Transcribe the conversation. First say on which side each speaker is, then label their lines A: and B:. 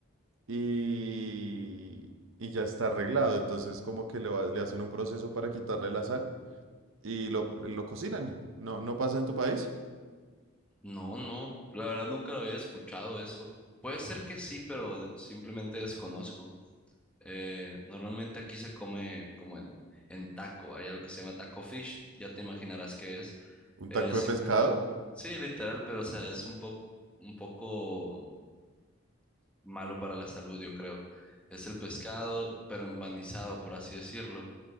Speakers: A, on the right; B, in the centre.
A: y, y ya está arreglado. Entonces como que le, va- le hacen un proceso para quitarle la sal y lo, lo cocinan. ¿No, no pasa en tu país?
B: No, no, la verdad nunca lo había escuchado eso. Puede ser que sí, pero de- simplemente desconozco. Eh, normalmente aquí se come como en, en taco, hay algo que se llama taco fish, ya te imaginarás qué es.
A: ¿Un
B: Es
A: taco de
B: simplemente,
A: pescado?
B: sí, literal, pero o sea, es un poco, un poco malo para la salud, yo creo. Es el pescado, pero empanizado, por así decirlo,